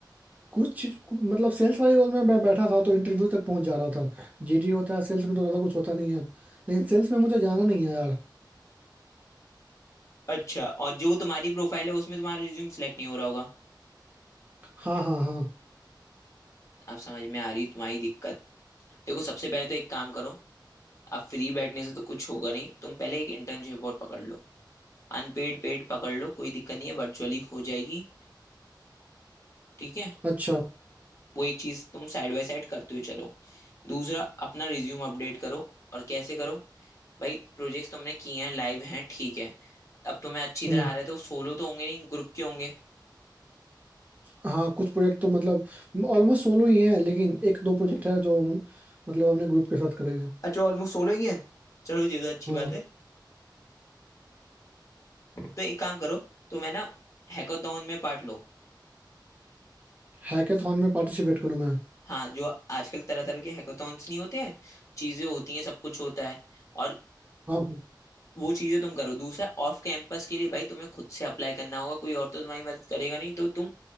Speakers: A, on the right; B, on the left.
A: कुछ चीज कु- मतलब सेल्स वाले रोल में मैं बैठा था तो इंटरव्यू तक पहुंच जा रहा था जीडी होता है सेल्स में तो ज़्यादा कुछ होता नहीं है लेकिन सेल्स में मुझे जाना नहीं है यार
B: अच्छा और जो तुम्हारी प्रोफाइल है उसमें तुम्हारा रिज्यूम सेलेक्ट नहीं हो रहा होगा
A: हाँ हाँ हाँ
B: आप समझ में आ रही तुम्हारी दिक्कत देखो सबसे पहले तो एक काम करो आप फ्री बैठने से तो कुछ होगा नहीं तुम पहले एक इंटर्नशिप और पकड़ लो अनपेड पेड पकड़ लो कोई दिक्कत नहीं है वर्चुअली हो जाएगी ठीक है
A: अच्छा
B: वो एक चीज तुम साइड बाय साइड करते हुए चलो दूसरा अपना रिज्यूम अपडेट करो और कैसे करो भाई प्रोजेक्ट्स तुमने किए हैं लाइव हैं ठीक है अब तुम्हें अच्छी तरह
A: हम्म
B: आ रहा है तो सोलो तो होंगे नहीं ग्रुप के होंगे
A: हाँ कुछ प्रोजेक्ट तो मतलब ऑलमोस्ट सोलो ही है लेकिन एक दो प्रोजेक्ट है जो हम- मतलब अपने ग्रुप के साथ करेंगे
B: अच्छा ऑलमोस्ट सोलो ही है चलो ये तो अच्छी
A: हाँ
B: बात है तो एक काम करो तुम है ना हैकाथॉन में पार्ट लो
A: हैकाथॉन में पार्टिसिपेट करूँ मैं
B: हाँ जो आजकल तरह तरह के हैकाथॉन्स नहीं होते हैं चीजें होती हैं सब कुछ होता है और
A: हाँ
B: वो चीजें तुम करो दूसरा ऑफ कैंपस के लिए भाई तुम्हें खुद से अप्लाई करना होगा कोई और तो तुम्हारी मदद करेगा नहीं तो तुम